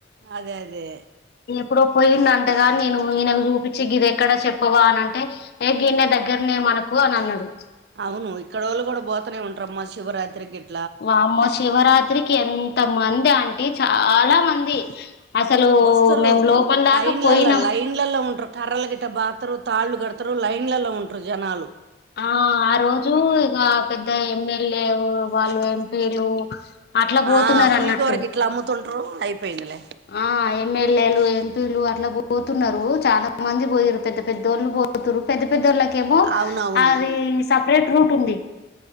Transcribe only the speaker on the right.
అదే అదే
అవును. ఇక్కడోళ్ళు కూడా పోతనే ఉంటారమ్మా శివరాత్రికి గిట్లా
వోస్తారు
లైన్ల్ల
లైన్ల్ల ఉంటారు. కర్రలు గిట్ట బాదుతరు. తాళ్ళు కడు తరు లైన్ల ఉంటారు. జనాలు
ఆ పులిగోర
గిట్ల అమ్ముతుంటరు అయిపోయిందిలే
అవునవును